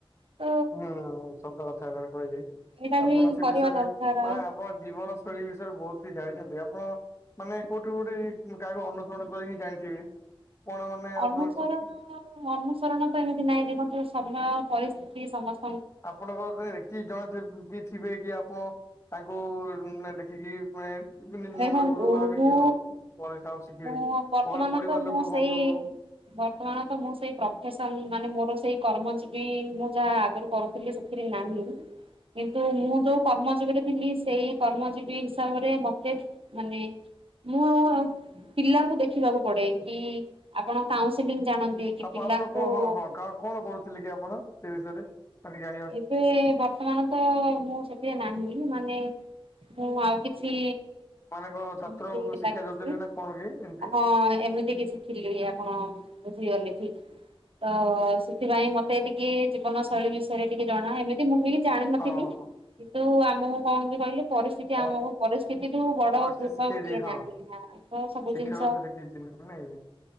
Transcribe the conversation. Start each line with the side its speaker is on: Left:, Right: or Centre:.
Right: ତ
Left: ହଁ ସତ କଥା ଏଟା କହିଲେ।
Right: ଏଇଟା ବି
Left: ଆପଣ ସେ
Right: କରିବା
Left: ବିଷୟରେ
Right: ଦରକାର
Left: ମାନେ ଆପଣ ଜୀବନଶୈଳୀ ବିଷୟରେ ବହୁତ କିଛି ଜାଣିଛନ୍ତି ଆପଣ। ମାନେ କୋଉଠି ଗୋଟେ ଏଇ କାହାକୁ ଅନୁସରଣ କରି ହିଁ ଜାଣିଥିବେ କଣ! ମାନେ ଆପଣ
Right: ଅନୁସରଣ-
Left: ସ
Right: ଅନୁସରଣ ପାଇଁ ଏମିତି ନାହିଁ। ଦେଖନ୍ତୁ, ସମୟ ପରିସ୍ଥିତି ସମସ୍ତ
Left: ଆପଣଙ୍କର ତ ଏକ୍ସି <unintelligible> ଯିଏ ଥିବେ କି, ଆପଣ ତାଙ୍କୁ ନ ଦେଖିକି <unintelligible> ଯେମିତି
Right: ଦେଖନ୍ତୁ
Left: ମନରେ ଗୁରୁ ଭାବିିକି
Right: ମୁଁ
Left: ହଁ, ପଡିଶା ଠୁ ଶିଖିବେ।
Right: ମୁଁ ବର୍ତ୍ତମାନ
Left: ମୋର ପରିବାର
Right: ତ ମୁଁ
Left: ଲୋକ
Right: ସେଇ
Left: ହୁଅନ୍ତୁ
Right: ବର୍ତ୍ତମାନ ତ ମୁଁ ସେଇ ପ୍ରଫେସନ, ମାନେ ମୋର ସେଇ କର୍ମଜୀବି, ମୁଁ ଯାହା ଆଗରୁ କରୁ ଥିଲି ସେଥିରେ ନାହିଁ। କିନ୍ତୁ ମୁଁ ଯୋଉ କର୍ମଜୀବୀରେ ଥିଲି, ସେଇ କର୍ମଜୀବୀ ହିସାବରେ ମତେ <unintelligible> ମାନେ ମୁଁ ଆଉ ପିଲାଙ୍କୁ ଦେଖିବାକୁ ପଡେ କି, ଆପଣ କାଉଁସିଲିଂ ଜାଣନ୍ତି କି
Left: ଆପଣ
Right: ପିଲାଙ୍କୁ
Left: ଆଉ କଣ -କଣ, ହଁ -ହଁ କ କଣ କରୁଥିଲେ କି ଆପଣ? ସେ ବିଷୟରେ ଆଜି ଜାଣିବା।
Right: ସେ ବର୍ତ୍ତମାନ ତ ମୁଁ ସେଥିରେ ନାହିଁ! ମାନେ ମୁଁ ଆଉ କିଛି
Left: ମାନେ କଣ ଛାତ୍ରଙ୍କୁ
Right: <unintelligible>
Left: ଶିକ୍ଷା ଦଉଥିଲେ ନା କଣ କି ଏମିତି
Right: ହଁ ଏମିତି କିଛି ଥିଲି ଆପଣ ବୁଝିଗଲେ ଠିକ! ତ ସେଥିପାଇଁ ମତେ ଟିକେ ଜୀବନଶୈଳୀ ବିଷୟରେ ଟିକେ ଜଣା। ଏମିତି ମୁଁ ବି ଜାଣିନଥିଲି,
Left: ହଁ
Right: କିନ୍ତୁ ଆମକୁ କଣ କହନ୍ତି କହିଲେ ପରିସ୍ଥିତି
Left: ହଁ
Right: ଆମକୁ, ପରିସ୍ଥିତି ଠୁ ବଡ
Left: ଭଲସେ
Right: ଗୁରୁ
Left: ଶିଖେଇ
Right: ଆଉ କିଏ
Left: ଦେଇ ହଁ
Right: ନାହିଁ। ହଁ ତ ସବୁ
Left: ଶିକ୍ଷକ
Right: ଜିନିଷ
Left: ସହିତ କିଛି ନାଇଁ